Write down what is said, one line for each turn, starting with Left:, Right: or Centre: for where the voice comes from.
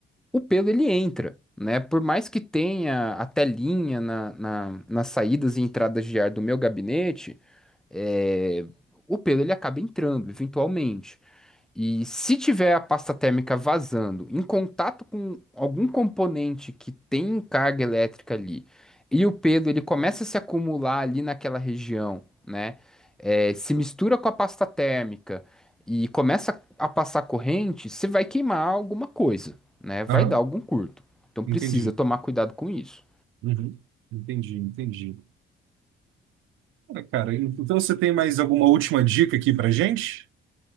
Centre: o pelo ele entra, né? Por mais que tenha a telinha na, na- nas saídas e entradas de ar do meu gabinete, é, o pelo ele acaba entrando, eventualmente. E se tiver a pasta térmica vazando em contato com algum componente que tem carga elétrica ali, e o pelo ele começa a se acumular ali naquela região, né? É, se mistura com a pasta térmica e começa a passar corrente, você vai queimar alguma coisa, né? Vai
Right: Aham.
Centre: dar algum curto. Então precisa
Right: Entendi.
Centre: tomar cuidado com isso.
Right: Uhum. Entendi, entendi. Ah, cara, então você tem mais alguma última dica aqui pra gente?